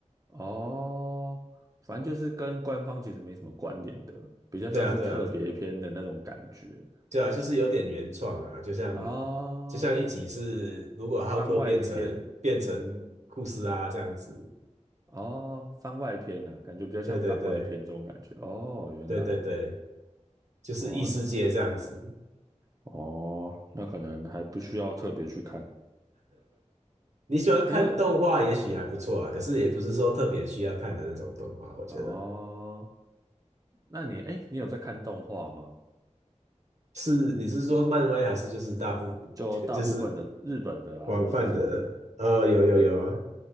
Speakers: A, on the right; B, on the right.
A: 哦，反正就是跟官方其实没什么关联的，比较像是特别篇的那种感觉
B: 对啊，对啊，对啊，就是有点原创啊，就像
A: 啊，
B: 就像一集是如果浩克变成变成库斯啊这样子，
A: 番外篇。哦，番外篇呢、感觉比较像番外篇这种感觉。
B: 对对对
A: 哦，原来，
B: 对对对，就是异世界这样子。
A: 哦，那哦，那可能还不需要特别去看。
B: 你喜欢看动画，
A: 你有
B: 也许还不错啊，可是也不是说特别需要看的那种动画，我觉得
A: 哦？那你哎，你有在看动画吗？
B: 是你是说漫威还是就是大部
A: 就大部分的日本的啊，
B: <laughs> 就是广泛的，
A: 或者什么的。
B: 呃，有有有啊，
A: 对，